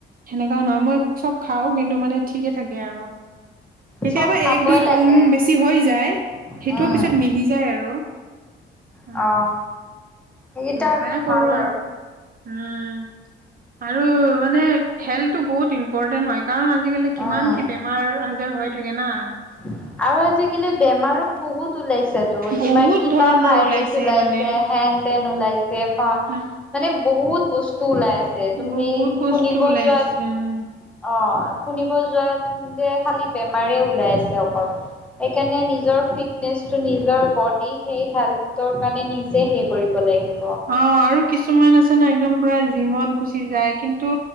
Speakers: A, on the right; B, in the centre.
A: সেনেকাও নহয় মই চব খাওঁ কিন্তু মানে ঠিকে থাকে আৰু কেতিয়াবা
B: চব খাবই
A: এক দুই
B: লাগে
A: কম বেছি হৈ যায়
B: উম,
A: সেইটোও পিছত মিলি যায় আৰু উম,
B: অ সেইকেইটা
A: সেনেকাই
B: আৰু ভাল
A: কৰো আৰু উম আৰু মানে হেল্থটো বহুত ইম্পৰ্টেন্ট হয় কাৰণ আজিকালি কিমান
B: উম।
A: কি বেমাৰ আজাৰ হৈ থাকে না
B: আৰু আজিকালি বেমাৰো বহুত লাইছে
A: বহুত
B: তোমাৰ কিবা
A: ধৰণৰ
B: ভাইৰেছ ওলাইছে
A: মানে
B: হেণ্ তেন ওলাইছে
A: উ
B: মানে বহুত বস্তু ওলাইছে তুমি
A: বহুত বস্তু
B: শুনিব
A: ওলাইছে
B: যোৱাত
A: উম
B: অ', শুনিব যোৱাত যে খালি বেমাৰ ওলাই আছে অকল সেইকাৰণে নিজৰ ফিটনেছ নিজৰ বডি সেই হেল্থ কাৰণে নিজে সে কৰিব লাগিব
A: অ', আৰু কিছুমান আছে না একদম পুৰা জিমত গুচি যায় কিন্তু